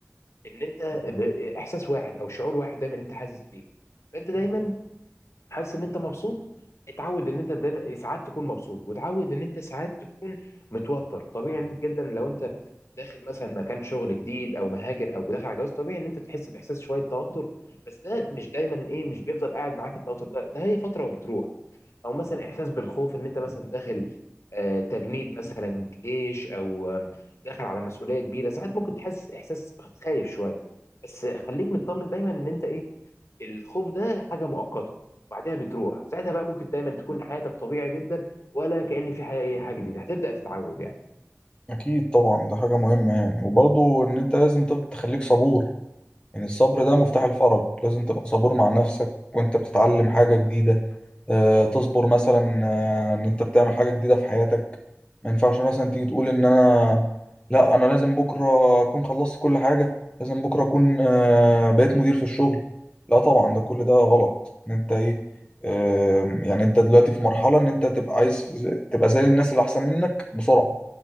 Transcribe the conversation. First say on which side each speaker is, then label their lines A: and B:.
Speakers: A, on the left; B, on the left.
A: ان انت باحساس واحد او شعور واحد دايما انت حاسس بيه فانت دايما حاسس ان انت مبسوط اتعود ان انت دايما ساعات تكون مبسوط وتعود ان انت ساعات تكون متوتر طبيعي إن انت جدا لو انت داخل مثلا مكان شغل جديد او مهاجر او داخل على جواز طبيعي ان انت تحس باحساس شويه توتر بس ده مش دايما ايه مش بيفضل قاعد معاك التوتر ده ده هي فتره وبتروح او مثلا احساس بالخوف ان انت مثلا داخل آه، تجنيد مثلا جيش او آه، داخل على مسؤوليه كبيره ساعات ممكن تحس احساس خايف شويه بس خليك مطمن دايما ان انت ايه الخوف ده حاجه مؤقته بعدها بتروح ساعتها بقى ممكن دايما تكون حياتك طبيعي جدا ولا كأن في حاجه حاجة جديده هتبدأ تتعود يعني
B: اكيد طبعا ده حاجه مهمه يعني وبرضه ان انت لازم تف- تخليك صبور يعني الصبر ده مفتاح
A: م-
B: الفرج لازم تبقى صبور مع نفسك وانت بتتعلم حاجة
A: م-
B: جديدة آه، تصبر مثلا آه، ان انت بتعمل حاجة جديدة في حياتك ما ينفعش مثلا تيجي تقول ان انا لا انا لازم بكرة اكون خلصت كل حاجة لازم بكرة اكون آه، بقيت مدير في الشغل لا طبعا ده كل ده غلط ان انت ايه آه، يعني انت دلوقتي في مرحلة ان انت تبقى عايز تبقى زي الناس اللي احسن منك بسرعة